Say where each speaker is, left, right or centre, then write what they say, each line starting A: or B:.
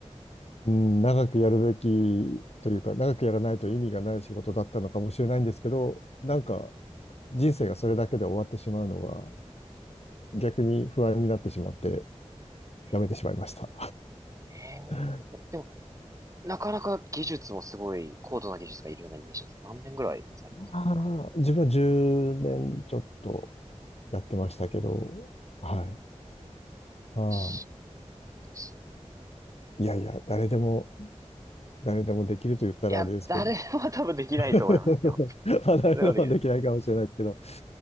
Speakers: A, on the left (about 60°); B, on the right (about 25°).
A: うん、長くやるべきというか、長くやらないと意味がない仕事だったのかもしれないんですけど、なんか人生がそれだけで終わってしまうのが逆に不安になってしまって、
B: え、
A: やめてしまいました。
B: えーでも、
A: <laughs>
B: なかなか技術もすごい、高度な技術がいるようなイメージなんですけど、何年ぐらいされてたんですか
A: あ自分は10年ちょっとやってましたけど、はい。ま
B: しですね。
A: あ、いやいや、誰でも、誰でもできると言ったらあれですけど。
B: いや、誰も多分できないと思いますよ。
A: <laughs> まあ、誰でもはできないかもしれないですけど。
B: でもね